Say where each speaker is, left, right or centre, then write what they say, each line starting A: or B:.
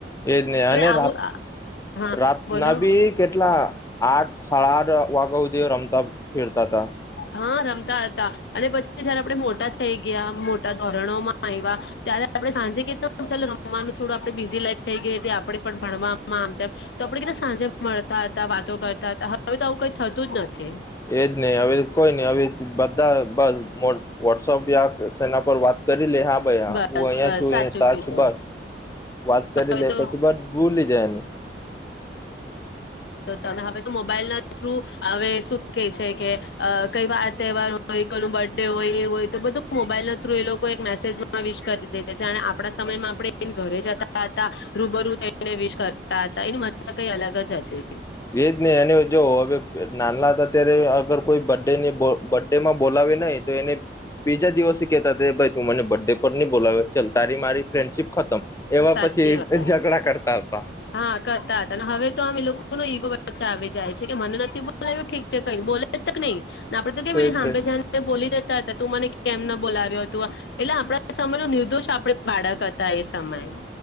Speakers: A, on the left (about 15°); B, on the left (about 75°).
A: એ જ ને
B: હવે
A: અને
B: આવું
A: રાત
B: હા
A: રાતના
B: બોલો
A: બી કેટલા આઠ સાડા આઠ વાગા હુથ જે રમતા ફિરતા તા.
B: હા, રમતા હતા અને પછી જયારે આપડે મોટા થઈ ગયા, મોટા ધોરણોમાં આવ્યા ત્યારે આપણે સાંજે કેટલા રમવાનું? થોડું આપડે બિઝી લાઈફ થઈ ગઈ હતી. આપડે પણ ભણવામાં આમ તેમ તો આપડે કે સાંજે મળ મળતા હતા વાતો કરતા હતા હવે તો આવુ કઈ થતું જ નથી.
A: એજ. ને નહી હવે કોઈ નહી હવે બધ બસ પર મો વોટ્સઅપ યા સેના પર વાત કરી પૂછી લે હા ભાઈ હા
B: બસ
A: હું અહંયા
B: બસ
A: છું
B: સાચું
A: એ
B: કયું
A: <unintelligible> વાત કરી
B: તો હવે
A: લે
B: તો
A: પછી બટ ભૂલી જાય એને.
B: તા ના હવે તું આમોબાઈલના થ્રુ હવે શું કે છે કે આ કઈ વાર તહેવાર હોય કોઈ નો બર્થ ડે હોય એ હોય તો બધું મોબાઈલ ના થ્રુ એ લોકો એક મેસેજમાં માં વિશ કરી દે છે જાણે આપણા સમયમાં આપણે એ ઘરે જતા હતા રૂબરૂ જઈને વિશ કરતા હતા. એની મજા કઈ અલગ જ હતી.
A: એજ ને અને જો હવે નાલા હતા અત્યારે અગર કોઈ બર્થ ડે ની હોય બર્થ ડે માં બોલાવે નહીં તો એને બીજા દિવસે કેહેતા હતા ભાઈ તું મને બ ડે પર ની બોલાવે ચલ તારી મારી ફ્રેન્ડશીપ ખતમ. એવા
B: સાચી
A: પછી
B: વાત
A: ઝઘડા કરતા હતા
B: હા કરતા હતા ને હવે તો અમે લોકો <unintelligible> ઈગો વચ્ચે આવી જાય છે. કે મને નથી બોલાવ્યું ઠીક છે. કઈ બોલે તક નહીં. આપડે તો કેમ એની
A: એજ
B: હામ્બે
A: ને
B: જઈને બોલી દે કહેતા હતા તું મને કેમ ના બોલાવ્યો તું આ એટલે આપણા સમય નિર્દોષ આપણે બાળક હતા એ સમયે.